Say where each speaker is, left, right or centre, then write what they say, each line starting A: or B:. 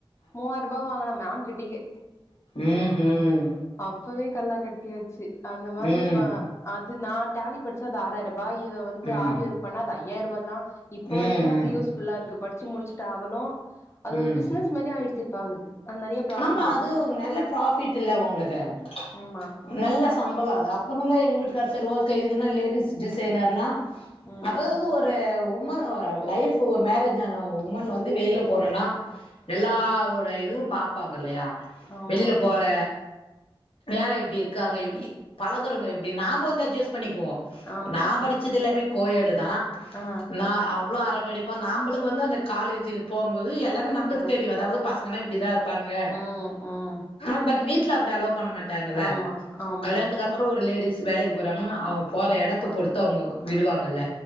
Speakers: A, on the left (about 30°); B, on the left (about 75°).
A: மூவாயிர ரூபா வாங்குன மேம் கிட்டயே
B: உம் ஹும்
A: அப்பவே கல்லா கட்டியாச்சு அந்த மாதிரி
B: ம்
A: இப்ப அது நா டாலி படிச்சது ஆறாயிர பா இத வந்து
B: ம்
A: ஆரி ஒர்க் பண்ணா அது ஐயாயிற ரூபா தா இப்ப
B: ம்
A: வரிக்குமே அது
B: ம்
A: யூஸ்ஃபுல்லா இருக்கு படிச்சி முடிச்சுட்டு அவளு அது
B: ம்
A: ஒரு பிசினஸ் மாதிரி ஆயிடுச்சு இப்ப அவளுக்கு அது நெறைய ப்ராஃபிட்
B: ஆமா
A: வருது
B: அது நல்ல ப்ராஃபிட் இல்ல உங்களுக் க்கு
A: ஆமா
B: நல்ல சம்பளோ அது அப்பறமா எங்க வீட்டுக்கார் சரி ஓகே இதுனா லேடிஸ் டிசைனர்னா
A: ம்
B: அதாவது ஒரு உமன் ஒரு லைப்ஃபு ஒரு மேரேஜ் ஆன உமன் வந்து வெளியில போனும்னா எல்லாவோட இதுவு பா ப்பாங்க இல்லயா
A: ஆமா
B: வெளில போற வேல எப்டி இருக்காங்க எப்டி பழகறவங்க எப்டி நாம வந்து அட்ஜஸ் பண்ணிக்குவோ
A: ஆமா
B: நா படிச்சது எல்லாமே கோ எடு தா
A: ஆ
B: நா அவ்ளோ அரட் அடிப்போ நாம்பளுக்கு வந்து அந்த காலேஜில் போம்போது எல்லாமே நம்பளுக்கு
A: ஆ
B: தெரியு அதாவது பசங்க னா இப்டிதா ப்பானுங்க
A: ம் ம்
B: அத பத்தி வீட்ல அப்டி அளோ பண்ண மாட்டாங்கள்ல
A: ஆமா ஆமா
B: கல்யாணத்துக்கு அப்பறோ ஒரு லேடிஸ் வேலைக்கு போறாங்கன்னா அவுங்க போற எடத்த பொறுத்து அவுங்க விடுவாங் னல்ல